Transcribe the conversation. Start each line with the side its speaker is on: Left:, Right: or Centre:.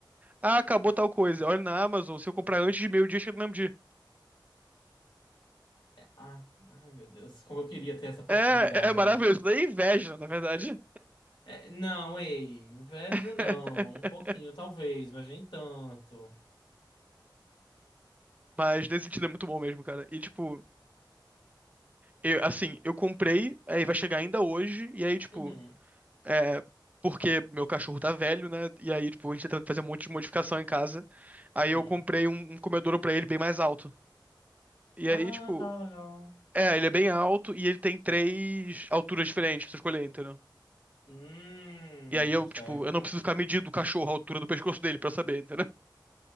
Right: ah, acabou tal coisa. Olha na Amazon, se eu comprar antes de meio-dia, chega no mesmo dia.
Left: Ah, ai, meu Deus, como eu queria ter essa possibilidade.
Right: É, é é maravilhoso. Daí é inveja, na verdade.
Left: É, não, ei, inveja
Right: <laughs>
Left: não. Um pouquinho, talvez, mas nem tanto.
Right: Mas nesse sentido é muito bom mesmo, cara. E tipo, eu- assim, eu comprei, aí vai chegar ainda hoje, e aí, tipo,
Left: Uhum.
Right: é. Porque meu cachorro tá velho, né? E aí, tipo, a gente tá tentando fazer um monte de modificação em casa. Aí
Left: Uhum.
Right: eu comprei um, um comedouro pra ele bem mais alto. E aí,
Left: Ah,
Right: tipo,
Left: tá legal.
Right: é, ele é bem alto e ele tem três alturas diferentes pra você escolher, entendeu?
Left: Hum,
Right: E aí eu,
Left: certo.
Right: tipo, eu não preciso ficar medindo o cachorro a altura do pescoço dele pra saber, entendeu?